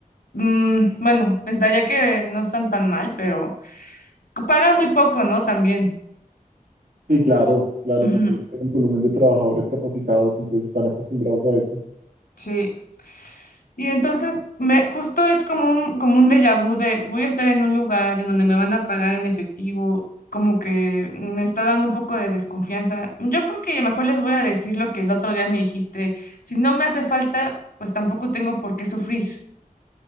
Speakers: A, on the left; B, on the right.
A: mm, bueno, pensaría que no están tan mal, pero pagan muy poco, ¿no? También.
B: Sí, claro, claro,
A: Ujú,
B: porque ellos tienen volumen de trabajadores capacitados, entonces están acostumbrados a eso.
A: Sí. Y entonces, me, justo es como un, como un déjà vu de voy a estar en un lugar en donde me van a pagar en efectivo, como que me está dando un poco de desconfianza. Yo creo que mejor les voy a decir lo que el otro día me dijiste. Si no me hace falta, pues tampoco tengo por qué sufrir.